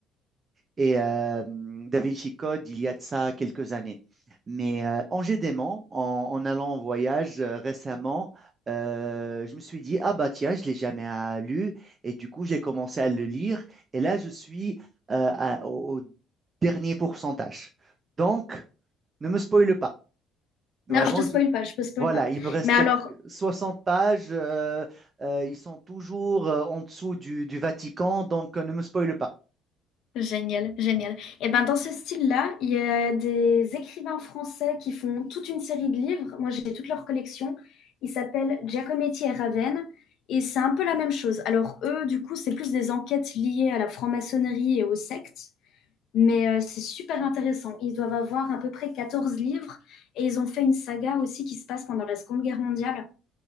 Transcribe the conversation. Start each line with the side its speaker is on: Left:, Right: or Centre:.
Right: et euh, Da Vinci Code il y a de ça quelques années. Mais euh, en gédément, en, en allant en voyage euh, récemment, euh, je me suis dit, ah bah tiens, je ne l'ai jamais euh, lu. Et du coup, j'ai commencé à le lire. Et là, je suis euh, à- au au dernier pourcentage. Donc, ne me spoile pas. Vraiment,
Left: Non, je te spoil
Right: je-
Left: pas, je te spoil
Right: voilà,
Left: pas.
Right: il me reste
Left: Mais alors,
Right: 60 pages. euh, euh, ils sont toujours euh, en dessous du, du Vatican. Donc, euh, ne me spoile pas.
Left: Génial, génial. Et ben dans ce style-là, il y a des écrivains français qui font toute une série de livres. Moi, j'ai toute leur collection. Ils s'appellent Giacometti et Raven. Et c'est un peu la même chose. Alors eux, du coup, c'est plus des enquêtes liées à la franc-maçonnerie et aux sectes. Mais euh, c'est super intéressant. Ils doivent avoir à peu près 14 livres. Et ils ont fait une saga aussi qui se passe pendant la Seconde Guerre mondiale.